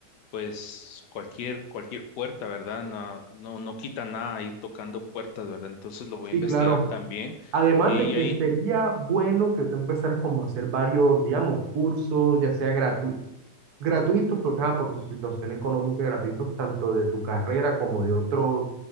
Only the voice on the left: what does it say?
pues cualquier, cualquier puerta, ¿verdad? No, no, no quita nada ir tocando puertas, ¿verdad? Entonces lo voy
a investigar
también.
Y,
ahí,